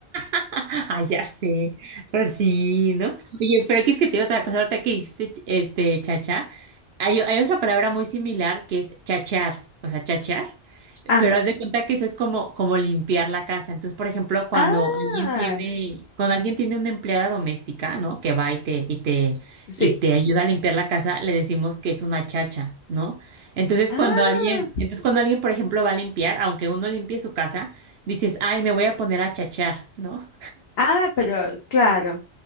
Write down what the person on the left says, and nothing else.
Ah,
ah,
sí.
Ah,
ah, pero claro,